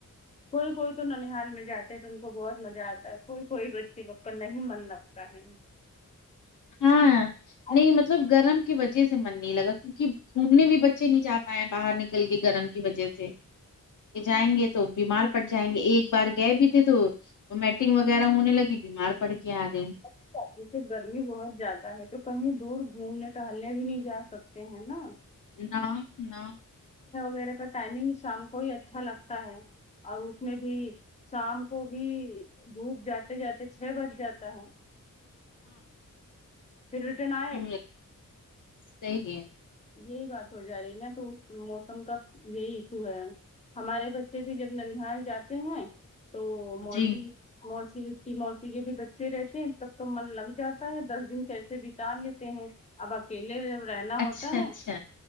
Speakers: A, on the left; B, on the left.
A: کوئی- کوئی, تو ننہال مل جاتے ہیں تم کو بہت مزہ اتا ہے کوئی کوئی گچی لوکل نہیں بن سکتا ہے <unintelligible>
B: ہاں
A: ابھی
B: نہیں مطلب گرم کی وجہ سے- من نہیں لگا کیونکہ گھومنے بھی بچے نہیں جا پائے باہر نکل کے گرم کی وجہ سے یہ جائیں گے تو بیمار - پڑ جائیں گے ایک بار گئے بھی تھے تو میٹنگ وغیرہ ہونے لگی بیمار پڑ کے ا گئی
A: <unintelligible> گرمی بہت زیادہ ہے تو کہیں دور گھومنے ٹالنے بھی نہیں جا سکتے ہیں نا
B: ن- ن
A: میرے کو ٹائم ہی شام کو ہی اچھا لگتا ہے - اور اس میں بھی شام کو بھی دھوپ جاتے جاتے چھ بج جاتے <unintelligible>
B: ہ صحی ہے
A: یہی بات ہو جا رہی ہے ن تو موسم کا یہی ایشو ہے ہمارے بچے بھی جب ننار جاتے ہیں تو
B: جی
A: موسم موسی اس کی موسی کے بھی بچے رہتے ہیں تب تو من لگ جاتا ہے دس دن کییسے بتاان لیتے ہیں اب اکیلے جب رہنا
B: اچھا
A: ہوتا
B: اچھا
A: ہے